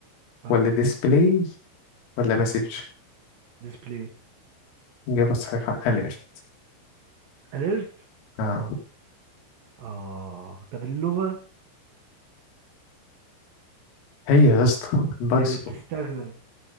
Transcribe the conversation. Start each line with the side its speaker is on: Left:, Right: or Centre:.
Right: اه
Left: ولا ديسبلاي ولا مسج
Right: ديسبلاي
Left: اجابة صحيحة اليرت
Right: اليرت
Left: اه
Right: اه طب اللغه
Left: هي يا اسطى البايثون.
Right: اللي بتستخدم